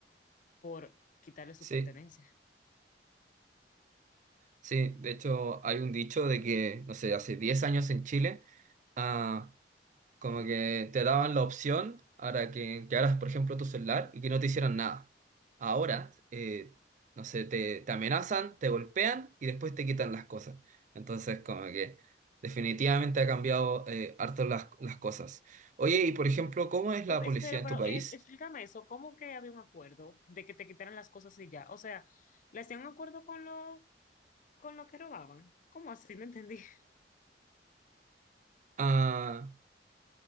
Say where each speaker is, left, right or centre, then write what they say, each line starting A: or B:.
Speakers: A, on the left; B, on the right.
A: por quitarle su
B: Sí,
A: pertenencia.
B: sí, de hecho hay un dicho de que, no sé, hace 10 años en Chile, ah, como que te daban la opción para que quedaras, por ejemplo, tu celular y que no te hicieran nada. Ahora, eh, no sé, te, te amenazan, te golpean y después te quitan las cosas. Entonces, como que definitivamente ha cambiado eh, harto las, las cosas. Oye, y por ejemplo, ¿cómo es
A: Eh,
B: la policía
A: espera,
B: en
A: pero
B: tu país?
A: eh, explícame eso, ¿cómo que había un acuerdo de que te quitaran las cosas y ya? O sea, ¿le hacían un acuerdo con lo, con lo que robaban? ¿Cómo así? No entendí. <laughs>
B: Ah,